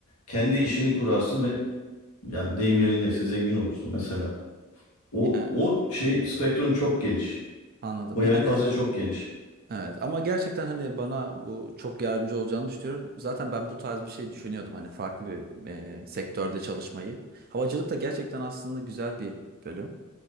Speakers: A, on the left; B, on the right.
A: kendi işini kurarsın ve yani deyim yerindeyse zengin olursun mesela. O
B: Ya,
A: o şey spektrum çok geniş.
B: anladım.
A: O
B: Yani
A: yelpaze çok geniş.
B: Evet ama gerçekten hani bana bu çok yardımcı olacağını düşünüyorum. Zaten ben bu tarz bir şey düşünüyordum hani farklı bir e, sektörde çalışmayı. Havacılık da gerçekten aslında güzel bir bölüm.